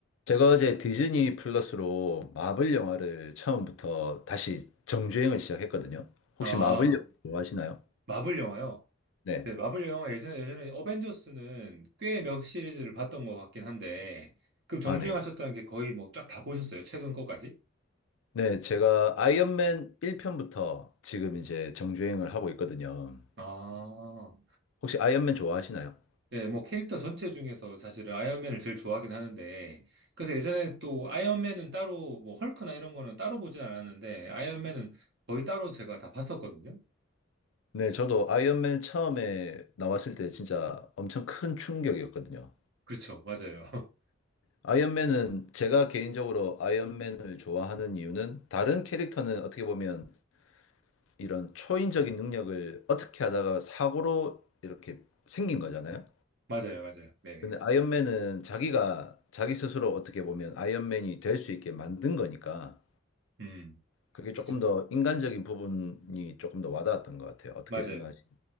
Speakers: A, on the left (about 80°); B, on the right (about 60°).
A: 제가 어제 디즈니 플러스로 마블 영화를 처음부터 다시 정주행을 시작했거든요.
B: 아,
A: 혹시 마블 영화 좋아하시나요?
B: 마블 영화요?
A: 네.
B: 네, 마블 영화 예전에, 예전에 어벤져스는 꽤 몇 시리즈를 봤던 것 같긴 한데, 그럼 정주행
A: 아, 네.
B: 하셨다는 게 거의 뭐 쫙 다 보셨어요? 최근 거까지?
A: 네, 제가 아이언맨 1편부터 지금 이제 정주행을 하고 있거든요.
B: 아,
A: 혹시 아이언맨 좋아하시나요?
B: 예, 뭐 캐릭터 전체 중에서 사실은 아이언맨을 제일 좋아하긴 하는데, 그래서 예전에 또 아이언맨은 따로, 뭐 헐크나 이런 거는 따로 보진 않았는데, 아이언맨은 거의 따로 제가 다 봤었거든요?
A: 네, 저도 아이언맨 처음에 나왔을 때 진짜 엄청 큰 충격이었거든요.
B: 그렇죠, 맞아요. <laughs>
A: 아이언맨은 제가 개인적으로 아이언맨을 좋아하는 이유는 다른 캐릭터는 어떻게 보면 이런 초인적인 능력을 어떻게 하다가 사고로 이렇게 생긴 거잖아요.
B: 맞아요, 맞아요. 네네.
A: 근데 아이언맨은 자기가 자기 스스로 어떻게 보면 아이언맨이 될 수 있게 만든 거니까
B: 음,
A: 그게
B: 그죠.
A: 조금 더 인간적인 부분이 조금 더 와닿았던 것 같아요. 어떻게
B: 맞아요.
A: 생각하시나요?